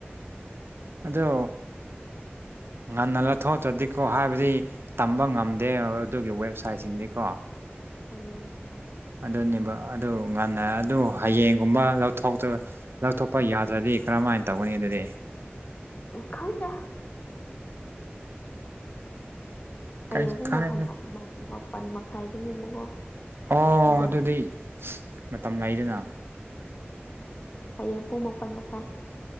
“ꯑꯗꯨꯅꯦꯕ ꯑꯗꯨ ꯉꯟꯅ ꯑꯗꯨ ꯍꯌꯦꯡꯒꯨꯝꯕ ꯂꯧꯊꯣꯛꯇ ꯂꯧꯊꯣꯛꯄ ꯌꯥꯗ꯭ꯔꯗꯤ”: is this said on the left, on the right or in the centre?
Right